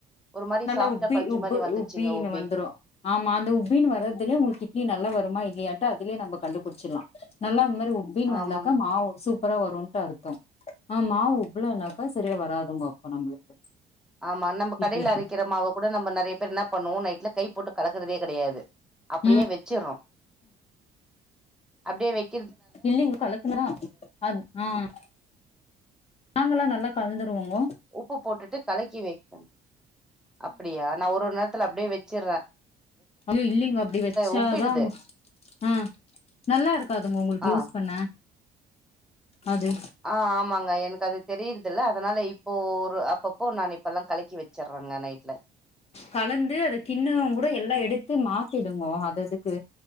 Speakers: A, in the centre; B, on the left.
A: ஒரு மாரி
B: நல்லா
A: சாஃப்டா
B: உப்பி
A: பஞ்சு
B: உப்பு
A: மாரி வந்துச்சுங்க
B: உப்பின்னு
A: உபி
B: வந்துரு ஆமா அந்த உப்பின்னு வரதுலே உங்களுக்கு இட்லி நல்லா வருமா இல்லையா ட்டா அதிலே நம்ம கண்டுபிடிச்சிடலா நல்லா அந்த மாரி உபின் வந்தாக்க
A: ஆமாங்
B: மா ஒ சூப் அப்புர வரும்னுட்டு அர்த்தம் ஆஹ் மாவு உப்பளனாக்கா சரியா வராதுங்க அப்போ நம்மளுக்கு
A: ஆமா நம்ம
B: இட்லி
A: கடேல அரைக்கிற மாவு கூட நம்ம நெறைய பேர் என்ன பண்ணுவோ நைட்ல கை போட்டு கலக்கறதே கெடையாது அப்டியே
B: ம்
A: வச்சற்றோம் அப்டியே வைக்
B: இல்லைங்க கலக்குனா அ ஆஹ் நாங்கல்லா நல்லா கலந்துருவோங்கோ
A: உப்பு போட்டுட்டு கலக்கி வைப்போ அப்படியா நான் ஒரு ஒரு நேரத்துல அப்டியே வச் ச்சிற்றே
B: அம் இல்லிங்கோ அப்டி வச்சாதான்
A: உப்பிடுது
B: ஆஹ் நல்லா இருக்காதுங்கோ உங்களுக்கு
A: ஆ
B: யூஸ் பண்ண அது
A: ஆஹ் ஆமாங்க எனக்கு அது தெரியுறதில்ல அதுனால இப்போ ஒரு அப்பப்போ நான் இப்ப எல்லாம் கலக்கி வச்சர்றேங்க நைட்ல
B: கலந்து அத கின்னோ கூட எல்லாம் எடுத்து மாத்திடுங்கோ அததுக்கு